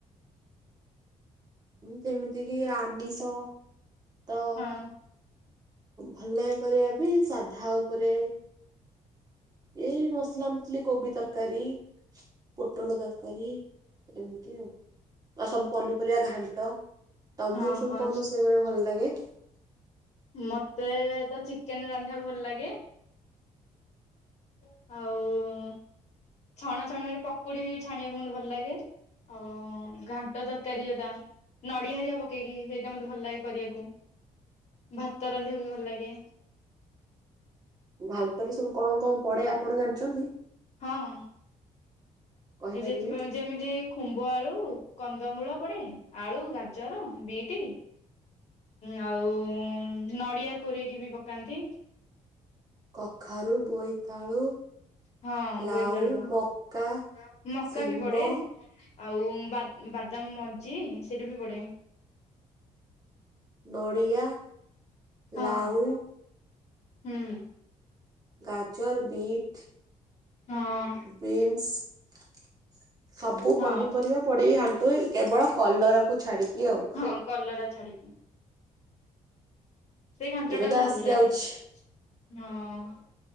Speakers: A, on the right; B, on the left.
A: ଯେମିତି କିି ଆମିଷ ତ
B: ହଁ।
A: ଭଲ କରିବା ବି ସାଧା ଉପରେ ଏଇ ମସଲା ମସଲି କୋବି ତରକାରୀ ପୋଟଳ ତରକାରୀ ଏମିତି ଆଉ ଆଉ ସବୁ ପନିପରିବା ଘାଣ୍ଟ। ତମକୁ
B: ହଁ
A: ସବୁ
B: ହଁ
A: କଣ ରୋଷେଇ କରିବା ଭଲ ଲାଗେ?
B: ମତେ ତ ଚିକେନ ରାନ୍ଧିବାକୁ ଭଲ ଲାଗେ ଆଉ ଛଣା ଛଣି ମ ପକୁଡି ବି ଛାଣିବାକୁ ମତେ ଭଲ ଲାଗେ ଆଉ ଘାଣ୍ଟ ତରକାରୀ ଯୋଉଟା ନଡିଆ ହେରିକା ପକେଇକି ସେଇଟା ମତେ ଭଲ ଲାଗେ କରିବାକୁ। ଭାତ ରାନ୍ଧିବା ବି ଭଲ ଲାଗେ।
A: ଭାନ୍ତରେ ସବୁ କଣ କଣ ପଡେ ଆପଣ ଜାଣିଛନ୍ତି?
B: ହଁ
A: କହିପାରିବେ
B: ଏଯେଟ ଯେମିତି ଖୁମ୍ଭ ଆଳୁ କନ୍ଦମୂଳ ପଡେ ଆଳୁ ଗାଜର ବିଟି ଆଉ ଉଁ ନଡିଆ କୋରେଇକି ବି ପକାନ୍ତି।
A: କଖାରୁ ବୋଇତାଳୁ
B: ହଁ
A: ଲାଉ
B: ବୋଇତାଲୁ
A: ମକା
B: ମକା
A: ଶିମ୍ବ
B: ବି ପଡେ। ଆଉ ବା-ବାଦାମ ମଞ୍ଜି ସେଇଟା ବି ପଡେ।
A: ନଡ଼ିଆ
B: ହଁ।
A: ଲାଉ
B: ହୁଁ
A: ଗାଜର ବିଟ୍
B: ହଁ
A: ବିନ୍ସ ସବୁ
B: ହଁ।
A: ପନିପରିବା ପଡିି ଘାଣ୍ଟୁ ହୁଏ କେବଳ କଲରାକୁୁ ଛାଡିକି ଆଉ।
B: ହଁ କଲରା ଛାଡିକି ସେଇ ଘାଣ୍ଟ
A: ଏବେ
B: ଟା
A: ତ
B: ମତେ
A: ଆସି
B: ଭଲ ଲାଗେ।
A: ଯାଉଛି
B: ହଁ